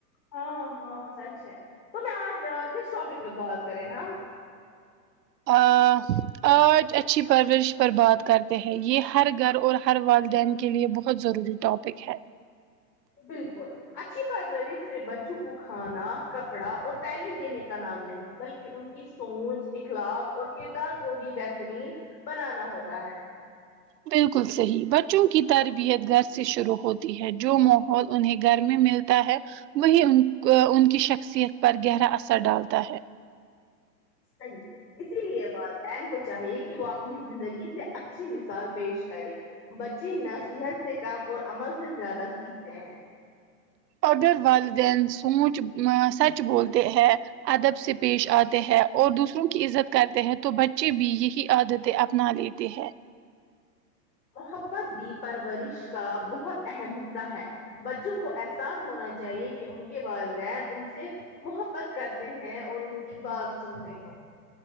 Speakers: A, on the left; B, on the right.
A: ہاں ہاں سچ ہے تو میں آج کس ٹاپک میں بات کریں ہاں
B: آ آج اچھی پرورش پر بات کرتے ہیں یہ ہر گھر اور ہر والدین کے لیے بہت ضروری ٹاپک ہے
A: بالکل اچھی پرورش صرف بچوں کو کھانا کپڑا اور تعلیم دینے کا نام نہیں بلکہ ان کی سوچ اخلاق اور کردار کو بھی بہترین بنانا ہوتا ہے
B: بالکل صحیح بچوں کی تربیت گھر سے شروع ہوتی ہے جو ماحول انہیں گھر میں مل تا ہے وہی ان ان کی شخصیت پر گہرا اثر ڈالتا ہے
A: صحیح اسی لیے والدین کو چاہیے کہ وہ آپ اپنی زندگی سے اچھی مثال پیش کرے بچے نصیحت سے کام اور عمل سے زیادہ سیکھتے ہیں
B: اگر والدین سوچ سچ بولتے ہے ادب سے پیش آتے ہیں اور دوسروں کی عزت کرتے ہیں تو بچے بھی یہی عادتیں اپنا لیتی ہے
A: محبت بھی پرورش کا بہت اہم حصہ ہے بچوں کو احساس ہونا چاہیے کہ ان کے والدین ان سے محبت کرتے ہیں اور ان کی بات سنتے ہیں